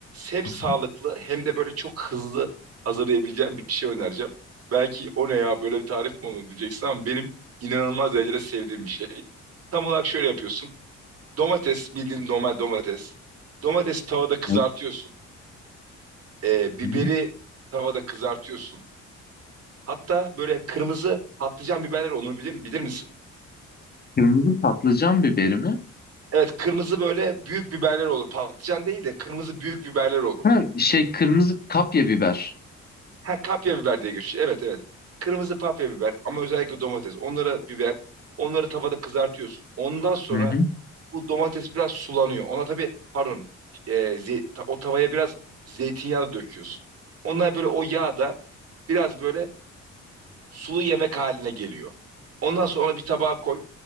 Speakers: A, on the right; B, on the left.
A: Hem sağlıklı
B: Hı hı.
A: hem de böyle çok hızlı hazırlayabileceğim bir şey önereceğim. Belki o ne ya böyle bir tarif mi olur diyeceksin ama benim inanılmaz derecede sevdiğim bir şey. Tam olarak şöyle yapıyorsun. Domates bildiğin normal domates. Domatesi tavada kızartıyorsun.
B: Evet.
A: Ee, biberi
B: Hı hı.
A: tavada kızartıyorsun. Hatta böyle kırmızı patlıcan biberler onu bilir, bilir misin?
B: Kırmızı patlıcan biberi mi?
A: Evet kırmızı böyle büyük biberler olur. Patlıcan değil de kırmızı büyük biberler olur.
B: Ha, şey kırmızı kapya biber.
A: Ha kapya biber diye geçiyor. Evet evet. Kırmızı papya biber ama özellikle domates. Onlara biber. Onları tavada kızartıyorsun. Ondan sonra
B: Hı hı.
A: bu domates biraz sulanıyor. Ona tabii pardon e, ze- ta- o tavaya biraz zeytinyağı döküyorsun. Onlar böyle o yağ da biraz böyle sulu yemek haline geliyor. Ondan sonra onu bir tabağa koy.